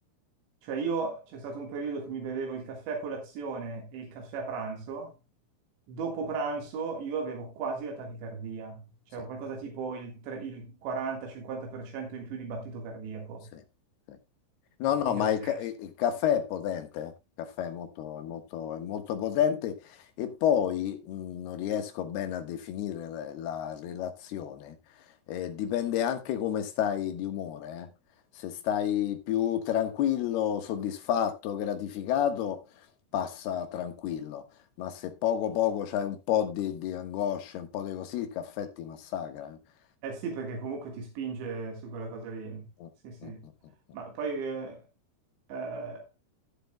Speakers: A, on the right; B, on the left.
A: Cioè io c'è stato un periodo che mi bevevo il caffè a colazione e il caffè a pranzo, dopo pranzo io avevo quasi la tachicardia, cioè
B: sì,
A: qualcosa tipo il, tre- il 40-50% in più di battito cardiaco,
B: sì, sì. No,
A: Eh,
B: no,
A: quindi
B: ma
A: ho smesso.
B: il, ca- il caffè è potente, eh. Il caffè è molto, è molto, è molto potente e poi mh, non riesco bene a definire la, la relazione. Eh, dipende anche come stai di umore, eh. Se stai più tranquillo, soddisfatto, gratificato, passa tranquillo, ma se poco poco c'hai un po' di, di angoscia, un po' di così, il caffè ti massacra. eh.
A: Eh sì, perché comunque ti spinge su quella cosa lì,
B: Mm,
A: sì sì,
B: mm, mm, mm, mm.
A: ma poi eh, eh,